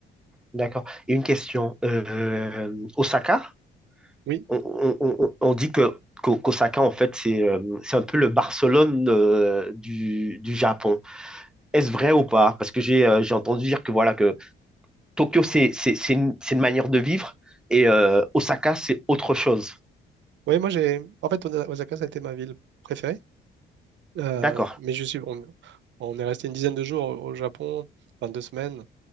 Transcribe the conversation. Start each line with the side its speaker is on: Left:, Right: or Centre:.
Centre: d'accord. Et une question, euh, Osaka,
Right: Oui,
Centre: on, on- on- on dit que qu'O- qu'Osaka en fait c'est euh, c'est un peu le Barcelone euh, du du Japon. est-ce vrai ou pas? Parce que j'ai euh, j'ai entendu dire que voilà que Tokyo c'est c'est c'est une, c'est une manière de vivre et euh, Osaka c'est autre chose.
Right: oui, moi j'ai. En fait, Osa- Osaka, ça a été ma ville préférée. Euh,
Centre: D'accord.
Right: mais je suis. On, on est resté une dizaine de jours au au Japon, enfin deux semaines.